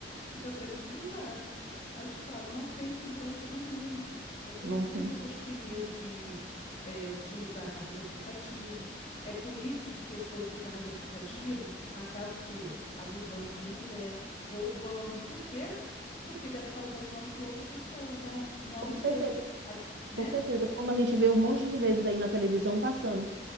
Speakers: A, on the left; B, on the right.
A: Que está sendo utilizado. Aí eu te falo, não tem segurança nenhuma. É por
B: Não
A: isso que
B: tem.
A: tem pessoas que têm medo de é, utilizar carro de aplicativo. É por isso que pessoas do carro de aplicativo acabam o quê? Abusando de mulher, roubando. Por quê? Porque deve estar usando o nome de outra pessoa, né? o nome
B: Com
A: dele.
B: certeza,
A: Aí, né?
B: com certeza. Como a gente vê um monte de vezes aí na televisão passando.